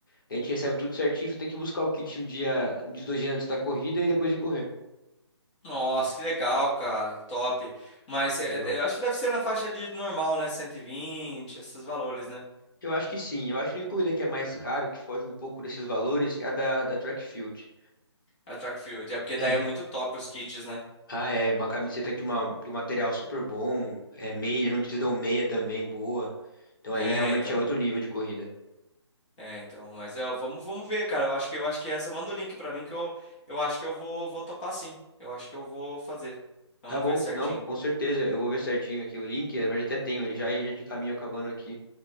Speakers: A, on the left; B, on the left.
A: Daí a gente recebe tudo certinho, só tem que buscar o kit um dia, um dos dois dias antes da corrida e depois de correr.
B: Nossa, que legal, cara. Top. Mas é,
A: Legal.
B: é, eu acho que deve ser na faixa de normal, né? 120 esses valores, né?
A: Eu acho que sim. Eu acho que a única corrida que é mais caro, que foge um pouco desses valores, é a da, da track field.
B: A track field. É porque
A: É,
B: daí é muito top os kits, né?
A: Ah, é, uma camiseta de, uma, de um material super bom, é meia, não te dão meia também, boa. Então
B: É,
A: aí realmente
B: então.
A: é outro nível de corrida.
B: É, então. Mas é, vamos, vamos ver, cara. Eu acho que eu acho que essa manda o link pra mim que eu, eu acho que eu vou, vou topar sim. Eu acho que eu vou fazer. Vamos
A: Tá bom,
B: ver certinho.
A: não, com certeza, eu vou ver certinho aqui o link, na verdade até tenho ele já, e já de caminho acabando aqui,